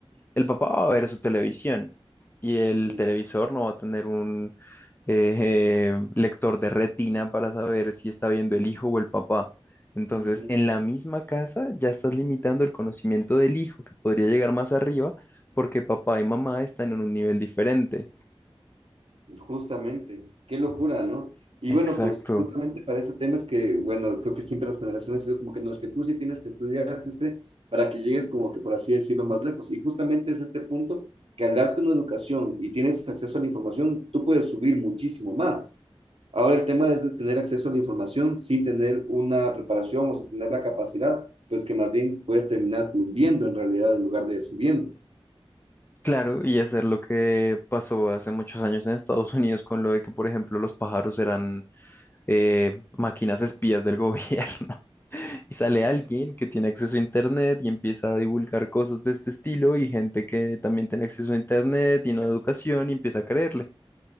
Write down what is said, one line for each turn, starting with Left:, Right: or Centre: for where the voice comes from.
Left: el papá va a ver su televisión y el
Right: Mm,
Left: televisor no va a tener un eh, <laughs> eh, lector de retina para saber si está viendo el hijo o el papá. Entonces,
Right: Ujú.
Left: en la misma casa ya estás limitando el conocimiento del hijo, que podría llegar más arriba, porque papá y mamá están en un nivel diferente.
Right: Justamente, qué locura, ¿no? Y
Left: Exacto.
Right: bueno, pues justamente para ese tema es que, bueno, creo que siempre las generaciones han sido como que no, es que tú sí tienes que estudiar, pues, que para que llegues como que, por así decirlo, más lejos. Y justamente es este punto que al darte una educación y tienes acceso a la información, tú puedes subir muchísimo más. Ahora el tema es de tener acceso a la información sin tener una preparación o sin tener la capacidad, pues que más bien puedes terminarte hundiendo en realidad en lugar de subiendo.
Left: Claro, y hacer lo que pasó hace muchos años en Estados Unidos con lo de que, por ejemplo, los pájaros eran eh, máquinas espías del gobierno. <laughs> Y sale alguien que tiene acceso a internet y empieza a divulgar cosas de este estilo y gente que también tiene acceso a internet y no a educación y empieza a creerle.